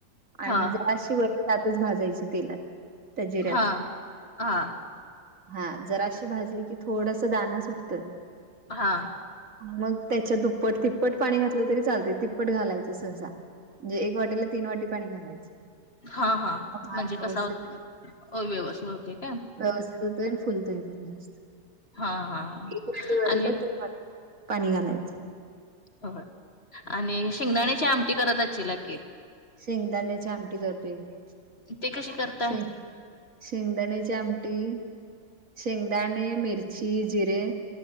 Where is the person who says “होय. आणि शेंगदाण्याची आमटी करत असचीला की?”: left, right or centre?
Left